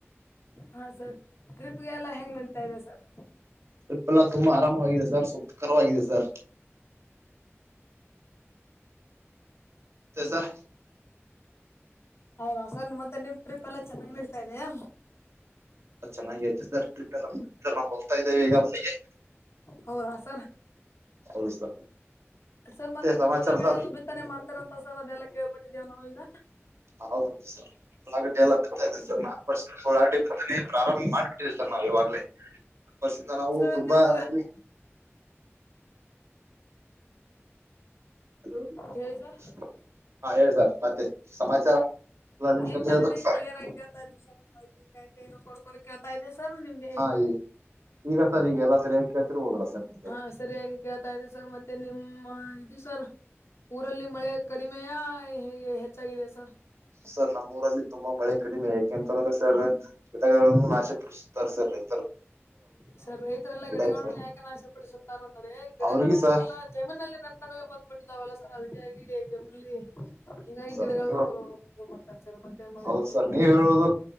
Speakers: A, on the left; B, on the right.
A: ಹಾ ಸರ್ ಟ್ರಿಪ್ಗೆ ಎಲ್ಲ ಹೆಂಗ್ ನಡತಾ ಇದೆ ಸರ್
B: ಟ್ರಿಪ್ ಎಲ್ಲ ತುಂಬ ಆರ ಆಾಗಿದೆ ಸ ರವಾಗಿದೆ ಸರ್ೆ ಸದ
A: ಹೌದಾ ಸರ್ ಮತ್ತೆ ನಿ ಟ್ರಿಪ್ ಎಲ್ಲಾ ಚೆನ್ನಾಗಿ ನೀಡ್ತಾ ಇದಯಾ
B: ಚೆನ್ನಾಗಿ ಆ ಸರ್ ಎಲ್ಲರ್ ನಾವು ಹೋಗ್ತಾ ಇದ್ದೇವೆ ಈಗ ಮನೆಗೆ
A: ಹ ಆಸ
B: ಹೌದು ಸರ್
A: ಸರ್ ಮತ್ತೆ
B: ಸಮಾಚಾರ
A: ನೀವು ಉಳ್ಳಾಗಡ
B: ಸರ್
A: ಯ ಬಿತ್ತನೆ ಮಾಡ್ತಾರಂತ ಸರ್ ಅದೆಲ್ಲ ಕೇಳ್ಪಟ್ಟಿದ್ದೇವ ನಾವ ಈಗ
B: ಹೌದೌದು ಸರಿ ುಗ ಎಲ್ಲ ಬರ್ತಾ ಸರ್ ನಾಲ್ಕು ವರ್ಷಫುಲ್ ಆಿ ಬೇ ಪ್ರಾರಂಭ ಮಾಡ್ಬಿಟ್ಟಿದೆ ಸ ನಾ ಇವಾಗಲೇ ವರ್ಷಿಂದ ನಾವು
A: ಸರ್
B: ತುಂಬಾ
A: ನೀವು
B: ಅದರಲ್ಲಿ ಅ
A: ಹೇಳಿ ಸರ್
B: ಹಾ ಹೇಳ ಸರ್ ಮತ್ತೆ ಸಮಾಚಾರ ಎಲ್ಲ ನಿಮ್
A: ಈಗ
B: ಕಡೆ
A: ತಾನೇ
B: ಹೇಳ್ಬೇಕು
A: ಈ
B: ಸರ್
A: ಕ್ಲಿಯರ್ ಆಗಿೇತಾ ಇದ್ ಈಗ ಏ ರ್ ಕೇಳ್ತಾ ಇದೆ ಸರ್ ನಿಮ್ಗೆ
B: ಹಾ ಈಗ ಸರ್ ಈಗ ಎಲ್ಲಾ ಸರಿಯಾಗಿ ಕೇಳ್ತಿರ್ಬೋದಲ್ಲ ಸರ್ ನಿಮ್ಗೆ
A: ಹ ಸರಿಯಾಗಿ ಕೇಳ್ತಾ ಇದೆ ಸರ್ ಮತ್ತೆ ನಿಮ್ಮ ಇದು ಸರ್ ಊರಲ್ಲಿ ಮಳೆ ಕಡಿಮೆಯ ಹೇಗೆ ಹೆಚ್ಚಾಗಿದೆ ಸರ್
B: ಸರ್ ನಮ್ಮ ಊರಲ್ಲಿ ತುಂಬಾ ಮಳೆ ಕಡಿಮೆ ಯಾಕೆಂತಂದ್ರೆ ಸರ್ ಗಿಟಗಳನ್ನುಾಶ ಪಡ ತರ್ಸರ್ರಿ
A: ಸರಿ ರೈತರೆಲ್ಲಾ ಗಿಡಗಳನ್ನ
B: ಇದ್ರೆ
A: ಯಾಕೆನಾಾಶ ಪಡಿಸುತ್ತಾರ ಅಂದರೆ ಗಿಡಗಳು
B: ಅವ್ರಿಗೆ ಸಹ
A: ಎಲ್ಲಾ ಜಮೀನಲ್ಲಿ ನನ್ನ ನಡುವೆ ಬಂದ್ಬಿಟ್ಟಿದ್ದಾವಲ್ಲ ಸರ್ ಅದಕ್ಕಾಗಿ ಜಮೀನಲ್ಲಿ ಹಿಂಗ ಈ
B: ಸರ್
A: ಗಿಡಗಳಲ್ಲ
B: ನೀ
A: ಮಾಡ್ತಾರೆ ಸರ್ ಮತ್ತೆ ನ್ ಮಳಕ್ಕೆ
B: ಹೌದು
A: ಬರೋದನ್ನ
B: ನೀವ್
A: ಸರ್
B: ಹೇಳೋದು